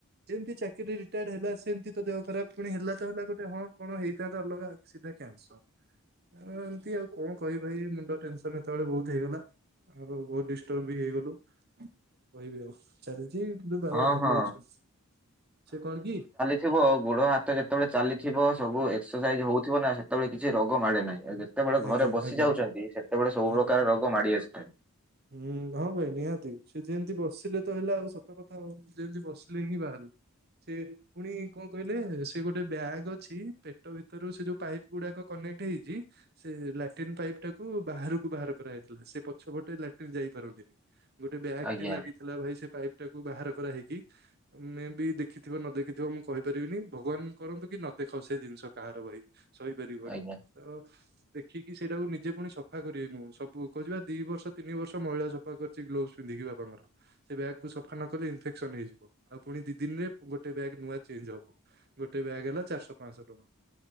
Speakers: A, on the right; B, in the centre.
A: ଯେମିତିଚାକିରିୀ ରିଟାୟାର୍ଡ ହେଲା ସେମିତି ତ ଦେହ ଖରାପ ପୁଣି ହେଲା ତ ହେଲା ଗୋଟେ ହଁ କଣ ହେଇଥାନ୍ତା ଅଲଗା ସିଧା କ୍ୟା <unintelligible> ଏମତି ଆଉ କଣ କହିବି ଭାଇ ମୁଣ୍ଡ ଟେନସନ ସେତେବେଳେ ବହୁତ ହେଇଗଲା। ଆଉ ବହୁତ ଡିଷ୍ଟର୍ବ ବି ହେଇଗଲୁ କହିବି ଆଉ। ଚାଲିଛି କିନ୍ତୁ ବାବା
B: ହଁ
A: ଭଲ
B: ହଁ
A: ଅଛନ୍ତି। ସେ କଣ କି
B: ଥିବ ଗୋଡ଼ ହାତ ଯେତେବେଳେ ଚାଲିଥିବ ସବୁ ଏକ୍ସରସାଇଜ ହଉଥିବ ନା ସେତେବେଳେ କିଛି ରୋଗ ମାଡେ ନାହିଁ। ଯେତେବେଳେ
A: ଆଜ୍ଞା
B: ଘରେ ବସି
A: ଆଜ୍ଞା
B: ଯାଉଚନ୍ତି, ସେତେବେଳେ ସବୁ
A: ଆଜ୍ଞା।
B: ପ୍ରକାର ରୋଗ ମାଡି଼ ଆସିଥାଏ।
A: ହୁଁ ହଁ ଭାଇ ନିହାତି ସେ ଯେମିତି ବସିଲେ ତ ହେଲା ଆଉ ସତ କଥା ଆଉ ଯେମିତି ବସିଲେ ହିଁ ବାହାରିଲା। ସେ ପୁଣି କଣ କହିଲେ ସେ ଗୋଟେ ବ୍ୟାଗ୍ ଅଛି। ପେଟ ଭିତରୁ ସେ ଯୋଉ ପାଇପ୍ ଗୁଡା଼କ କନେକ୍ଟ ହେଇଛି। ସେ ଲାଟିନ୍ ପାଇପ୍ ଟାକୁ ବାହାରକୁ ବାହାର କରାଯାଇଥିଲା। ସେ ପଛପଟେ ଲା ଯାଇ ପାରନ୍ତିନି। ଗୋଟେ ବ୍ୟାଗ
B: ଆଜ୍ଞା
A: ଟେ ଲାଗିଥିଲା ଭାଇ ସେ ପାଇପ ଟାକୁ ବାହାର କରା ହେଇକି, ମେ ବି ଦେଖିଥିବ ନ ଦେଖିଥିବ ମୁଁ କହିପାରିବିନି ଭଗବାନ କରନ୍ତୁ କି ନ ଦେଖ ସେ ଜିନିଷ କାହାର ଭାଇ। ସହିପାରିବନି।
B: ଆଜ୍ଞା
A: ତ ଦେଖିକି ସେଇଟାକୁ ନିଜେ ପୁଣି ସଫା କରିବେ ମୁଁ। ସବୁ କହୁଚି ବା ଦି ବର୍ଷ ତିନି ବର୍ଷ ମଇଳା ସଫା କରିଛି ଗ୍ଲୋପସ ପିନ୍ଧିକି ବାପଙ୍କର। ସେ ବ୍ୟାଗକୁ ସଫା ନ କଲେ ଇନଫେକ୍ସନ ହେଇଯିବ। ଆଉ ପୁଣି ଦି ଦିନ ରେ ଗୋଟେ ବ୍ୟାଗ ନୂଆ ଚେଞ୍ଜ ହବ। ଗୋଟେ ବ୍ୟାଗ୍ ହେଲା ଚାରିଶ ପାଞ୍ଚଶହ ଟଙ୍କା।